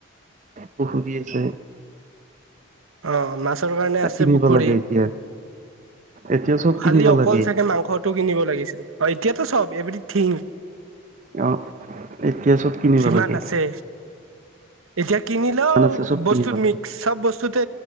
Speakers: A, on the right (about 35°); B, on the right (about 80°).
A: পুখুৰি আছে।
B: অ মাছ ৰ কাৰণে আছে
A: কিনিব
B: পুখুৰী
A: লাগে এতিয়া এতিয়া চব
B: খালি
A: কিনিব
B: অকল
A: লাগে
B: চাগে মাংসটো কিনিব লাগিছিল অ এতিয়াতো চব এভৰিথিং।
A: অ এতিয়া চব কিনিব
B: যিমান
A: লাগে।
B: আছে এতিয়া কিনিলেও
A: দোকান আছে চব
B: বস্তুত
A: কিনিব লাগে
B: মিক্স চব বস্তুতে।